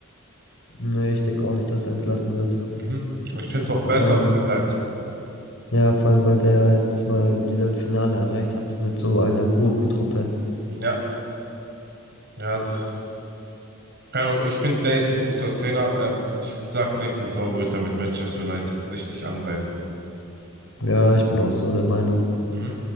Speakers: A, on the left; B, on the right.
A: Nee, ich denke auch nicht, dass er entlassen wird.
B: Mhm. Ich finde es auch
A: Vor
B: besser,
A: allem,
B: wenn er bleibt.
A: ja, vor allem, weil der jetzt mal wieder ein Finale erreicht hat mit so einer Gurkentruppe.
B: Ja, ja, das. Keine Ahnung, ich finde, der ist ein guter Trainer. Ähm, ich sag, nächste Saison wird er mit Manchester United richtig angreifen.
A: Ja, ich bin auch so der Meinung.
B: Mhm.